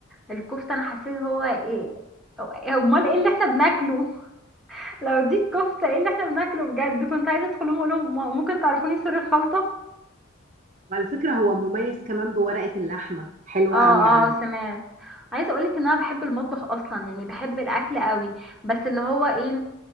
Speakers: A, in the centre; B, on the right.
A: الكفته انا حسيت هو ايه امال ايه اللي احنا بناكله <laughs> لو دي الكفته ايه اللي احنا بناكله بجد كنت عايزه ادخل لهم اقول لهم ممكن تعرفوني سر الخلطه
B: وعلى فكره هو مميز كمان بورقه اللحمه حلوه
A: اه
B: قوي عنده
A: اه سمعت عايزه اقولك ان انا بحب المطبخ اصلا يعني بحب الاكل قوي بس اللي هو ايه